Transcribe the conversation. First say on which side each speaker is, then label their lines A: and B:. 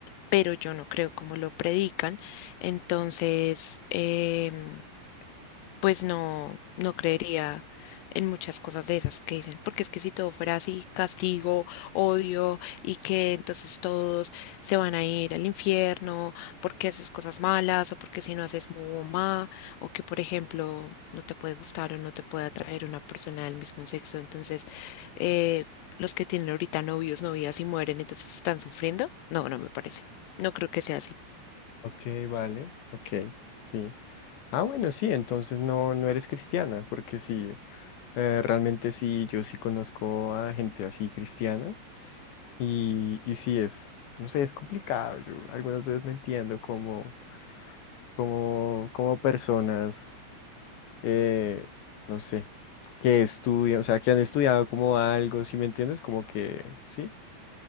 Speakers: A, on the left (about 75°); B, on the left (about 60°).
A: pero yo no creo como lo predican. Entonces, em, pues no, no creería en muchas cosas de esas que dicen, porque es que si todo fuera así, castigo, odio, y que entonces todos se van a ir al infierno porque haces cosas malas, o porque si no haces mu o ma, o que por ejemplo no te puede gustar o no te puede atraer una persona del mismo sexo, entonces eh, los que tienen ahorita novios, novias y mueren, entonces están sufriendo. No, no me parece. No creo que sea así.
B: Ok, vale, ok, sí. Ah, bueno, sí, entonces no, no eres cristiana, porque sí, eh, realmente sí, yo sí conozco a gente así cristiana y, y sí es, no sé, es complicado. Yo algunas veces no entiendo cómo, cómo, cómo personas, eh, no sé, que estudian, o sea, que han estudiado como algo, si me entiendes? Como que, sí